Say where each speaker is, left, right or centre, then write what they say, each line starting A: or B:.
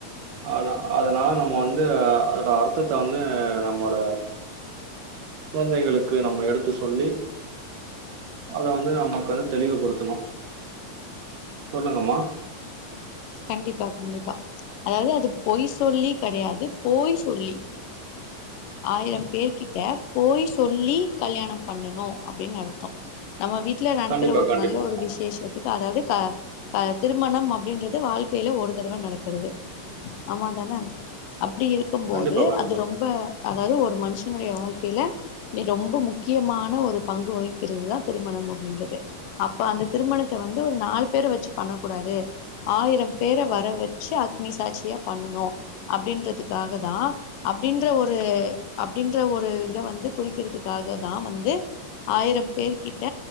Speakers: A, on the right; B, on the left.
A: அத அதனால நம்ம வந்து அதோட அர்த்தத்த வந்து நம்மோட குழந்தைகளுக்கு நம்ம எடுத்து சொல்லி அத வந்து நம்ம கொஞ்சோ தெளிவுபடுத்தனு சொல்லுங்கம்மா.
B: கண்டிப்பா கண்டிப்பா அதாவது அது பொய் சொல்லி கெடையாது போய் சொல்லி ஆயிரம் பேர் கிட்ட போய் சொல்லி கல்யாணம் பண்ணனு அப்டின் அர்த்தோ நம்ம வீட்ல நடக்கிற
A: கண்டிப்பா
B: ஒரு
A: கண்டிப்பா
B: நல்ல ஒரு விசேஷத்துக்கு அதாவ்து க க திருமணம் அப்டின்ற து வாழ்க்கைல ஒரு தடவ நடக்கறது ஆமாந்தான அப்டி இருக்கும்போது
A: கண்டிப்பா கண்டிப்பா
B: அது ரொம்ப அதாவ்து ஒரு மன்ஷனுடைய வாழ்க்கைல மி, ரொம்ப முக்கியமான ஒரு பங்கு வகிக்கிறதுதா திருமணம் அப்டின்றது அப்ப அந்த திருமணத்த வந்து ஒரு நாலு பேர வெச்சு பண்ணக்கூடாது ஆயிரம் பேர வர வச்சு அக்னிசாட்சியா பண்ணனு அப்டின்றதுக்காக தா அப்டின்ற ஒரு அப்டின்ற ஒரு இத வந்து குறிக்கிறதுக்காக தா வந்து ஆயிரம் பேர் கிட்ட